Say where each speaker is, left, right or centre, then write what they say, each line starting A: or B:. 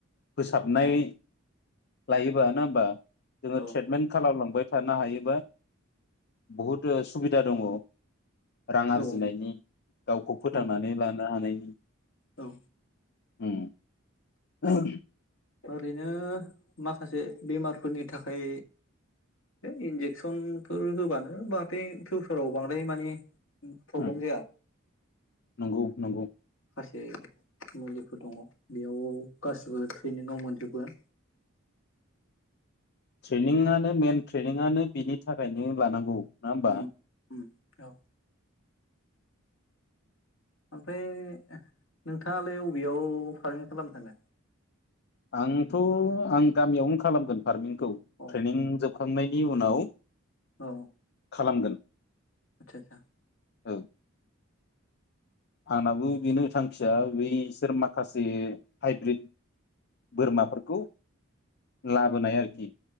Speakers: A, on the left (about 55°); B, on the left (about 70°).
A: फोसाबनाय। लायोबा नङा होमबा जोङो
B: औ
A: ट्रिटमेन्ट खालामलांबाय थानो हायोबा बहुद सुबिदा दङ। रां आरजिनायनि
B: औ
A: गावखौ फोथांनानै
B: औ
A: लानो हानायनि।
B: औ
A: उम।
B: ओरैनो माखासे बेमारफोरनि थाखाय बे इन्जेकसनफोर होबानो बाहाथे बे फिउसाराव बांद्राय माने प्रब्लेम
A: उम
B: जाया
A: नंगौ नंगौ।
B: माखासे मुलिफोर दङ बेयाव गासिबो बेनियाव मोनजोबो।
A: ट्रेनिंआनो मेन ट्रेनिंआनो बिनि थाखायनो लानांगौ। नङा होमबा
B: उम उम औ। ओमफ्राय नोंथाङालै अबेयाव फारमिं खालामनो थाङो।
A: आंथ' आं गामियावनो खालामगोन फारमिंखौ
B: औ
A: ट्रेनिं जोबखांनाय नि उनाव
B: औ
A: खालामगोन।
B: आतसा आतसा।
A: औ आंनाबो बेनो थांखिया बैसोर माखासे हाइब्रिद बोरमाफोरखौ लाबोनाय आरोखि।